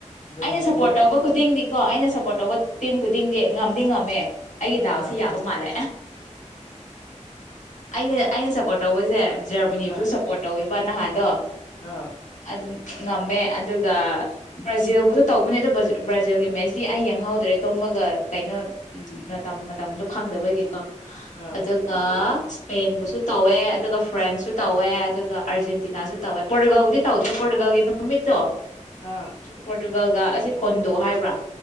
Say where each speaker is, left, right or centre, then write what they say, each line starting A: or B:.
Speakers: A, on the left; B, on the left.
A: ꯑꯗꯨꯅ
B: ꯑꯩꯅ
A: ꯌꯦꯡꯕ
B: ꯁꯞꯄꯣꯔꯠ
A: ꯌꯥꯏ
B: ꯇꯧꯕ ꯈꯨꯗꯤꯡꯗꯤꯀꯣ ꯑꯩꯅ ꯁꯞꯄꯣꯔꯠ ꯇꯧꯕ ꯇꯤꯝ ꯈꯨꯗꯤꯡꯗꯤ ꯉꯝꯗꯤ ꯉꯝꯃꯦ ꯑꯩꯒꯤ ꯗꯥꯎꯁꯤ
A: ꯑꯥ
B: ꯌꯥꯕ ꯃꯥꯜꯂꯦ ꯑꯩꯅ ꯑꯩꯅ ꯁꯞꯄꯣꯔꯠ ꯇꯧꯕꯁꯦ ꯖꯔꯃꯅꯤꯁꯨ
A: ꯑꯥ
B: ꯁꯄꯣꯔꯠ ꯇꯧꯋꯦꯕ ꯑꯦꯕ ꯅꯍꯥꯟꯗꯣ
A: ꯑꯥ
B: ꯑꯗꯨ ꯉꯝꯃꯦ ꯑꯗꯨ ꯕ꯭ꯔꯥꯖꯤꯜꯕꯨꯁꯨ ꯇꯧꯕꯅꯦ ꯑꯗꯨꯣ ꯕ꯭ꯔꯥꯖꯤꯜꯒꯤ ꯃꯦꯠꯁꯇꯤ ꯑꯩ ꯌꯦꯡꯍꯧꯗ꯭ꯔꯦ ꯇꯨꯝꯕꯒ ꯀꯩꯅꯣ ꯎꯝ ꯃꯇꯝ ꯃꯇꯝꯗꯣ ꯈꯪꯗꯕꯒꯤ
A: ꯑꯥ
B: ꯑꯗꯨꯒ ꯏꯁꯄꯦꯟꯕꯨꯁꯨ ꯇꯧꯋꯦ ꯑꯗꯨꯒ ꯐ꯭ꯔꯦꯟꯁꯁꯨ ꯇꯧꯋꯦ ꯑꯗꯨꯒ ꯑꯔꯖꯦꯟꯇꯤꯅꯥꯁꯨ ꯇꯧꯋꯦ ꯄꯣꯔꯇꯨꯒꯜꯕꯨꯗꯤ ꯇꯧꯗꯦ ꯄꯣꯔꯇꯨꯒꯜꯒꯤ ꯅꯨꯃꯤꯠꯇꯣ
A: ꯑꯥ
B: ꯄꯣꯔꯇꯨꯒꯜ ꯒꯜꯒ ꯑꯁꯤ ꯀꯣꯟꯗꯣ ꯍꯥꯏꯕ꯭ꯔꯥ